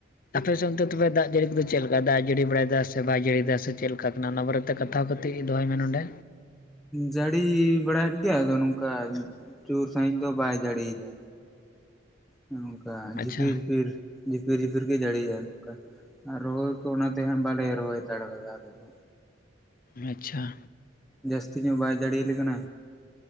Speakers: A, on the left; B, in the centre.
A: ᱟᱯᱮ ᱥᱮ ᱚᱱᱛᱮ ᱛᱚᱵᱮ ᱫᱟᱜ ᱡᱟᱹᱲᱤ ᱠᱚᱫᱚ ᱪᱮᱫ ᱞᱮᱠᱟ ᱫᱟᱜ ᱮ ᱡᱟᱹᱲᱤ ᱵᱟᱲᱟᱭ ᱫᱟ ᱥᱮ ᱵᱟᱭ ᱡᱟᱹᱲᱤᱭᱫᱟ ᱥᱮ ᱪᱮᱫ ᱞᱮᱠᱟ ᱠᱟᱱᱟ ᱚᱱᱟ ᱵᱟᱨᱮᱛᱮ <unintelligible> ᱠᱟᱛᱮ ᱜᱮ ᱫᱚᱦᱚᱭ ᱢᱮ ᱱᱚᱸᱰᱮ
B: ᱡᱟᱹᱲᱤ ᱵᱟᱲᱟᱭᱮᱫ ᱜᱮᱭᱟ ᱟᱫᱚ ᱱᱚᱝᱠᱟ ᱡᱳᱨ ᱥᱟᱺᱦᱤᱡ ᱫᱚ ᱵᱟᱭ ᱡᱟᱹᱲᱤᱭ ᱮᱫᱟ ᱱᱚᱝᱠᱟ
A: ᱟᱪᱪᱷᱟ
B: ᱡᱷᱤᱯᱤᱨ ᱡᱷᱤᱯᱤᱨ ᱡᱷᱤᱯᱤᱨ ᱡᱷᱤᱯᱤᱨ ᱜᱮ ᱡᱟᱹᱲᱤᱭᱮᱫᱼᱟ ᱱᱚᱝᱠᱟ ᱟᱨ ᱨᱚᱦᱚᱭ ᱠᱚ ᱚᱱᱟᱛᱮ ᱦᱟᱸᱜ ᱵᱟᱞᱮ ᱨᱚᱦᱚᱭ ᱦᱟᱛᱟᱲ ᱟᱠᱟᱫᱟ ᱟᱞᱮ ᱫᱚ᱾
A: ᱟᱪᱪᱷᱟ᱾
B: ᱡᱟᱹᱥᱛᱤ ᱧᱚᱜ ᱵᱟᱭ ᱡᱟᱲᱮᱤ ᱟᱞᱮ ᱠᱟᱱᱟ᱾